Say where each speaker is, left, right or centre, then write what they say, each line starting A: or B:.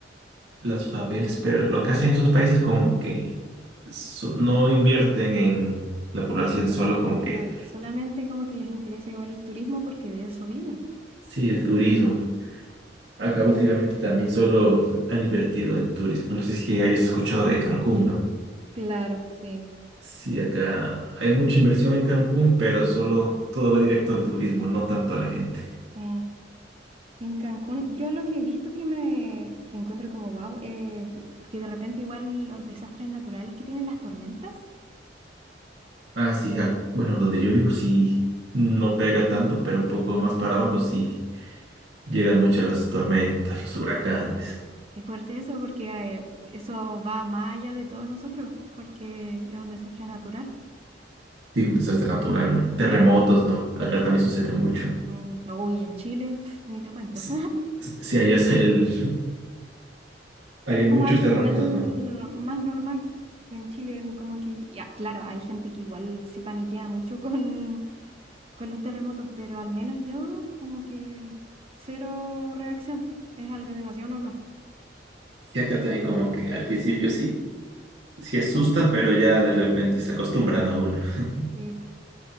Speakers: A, on the right; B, on the right.
A: Las favelas pero lo que hacen esos países como que so- no invierten en la población solo como que,
B: Claro, solamente como que les interesa igual el turismo porque de eso viven.
A: sí, el turismo. Acá últimamente también solo <laughs> han invertido en turismo. No sé si hayas escuchado de Cancún, ¿no?
B: Claro, sí.
A: Sí, acá hay mucha inversión en Cancún, pero solo todo va directo al turismo, no tanto a la gente.
B: sí. En Cancún, yo lo que he visto que me que encuentro como wow, eh, de- que de repente igual los desastres naturales que tienen las tormentas,
A: Ah, sí, ac- bueno, donde yo vivo sí no pega tanto, pero un poco más para abajo sí llegan mucho las tormentas, los huracanes.
B: y, y qué fuerte eso, porque eh, eso va más allá de todos nosotros, porque es un desastre natural.
A: Sí, un desastre natural, me. Terremotos, ¿no? Acá también sucede mucho.
B: Mm, uy, en Chile, pf, ni te cuento.
A: Sí, sí, allá es el... <laughs> allá
B: Pero
A: hay
B: es
A: muchos
B: como algo
A: terremotos,
B: igual
A: ¿no?
B: más normal en Chile, en como que, ya, claro, hay gente que igual se paniquea mucho <laughs> con, con los terremotos, pero al menos yo como que cero reacción. Es algo demasiado normal.
A: Sí, acá también como que al principio sí, sí asusta, pero ya de repente se acostumbran a uno. <laughs>
B: Eh,